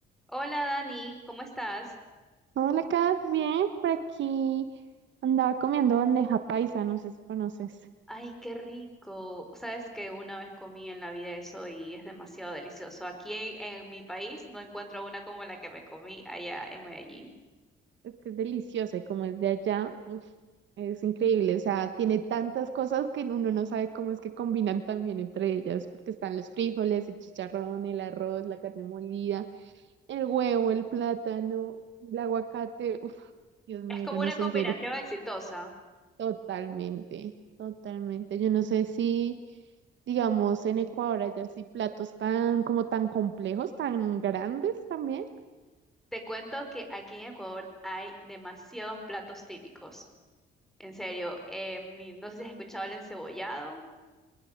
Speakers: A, in the centre; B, on the right (about 70°).
A: Hola Dani, ¿cómo estás?
B: Hola, Kat, bien, por aquí andaba comiendo bandeja paisa, no sé si conoces.
A: Ay, qué rico. Sabes que una vez comí en la vida eso y es demasiado delicioso. Aquí en en mi país no encuentro una como la que me comí allá en Medellín.
B: Es que es deliciosa y como es de allá, uf, es increíble, o sea, tiene tantas cosas que uno no sabe cómo es que combinan también entre ellas, porque están los frijoles, el chicharrón, el arroz, la carne molida, el huevo, el plátano, el aguacate, uf, Dios mío,
A: Es como
B: yo
A: una
B: no sé
A: combinación
B: en serio.
A: exitosa.
B: Totalmente, totalmente. Yo no sé si, digamos, en Ecuador hay así platos tan, como tan complejos, tan grandes también.
A: Te cuento que aquí en Ecuador hay demasiados platos típicos. En serio, eh, mi- no sé si has escuchado el encebollado.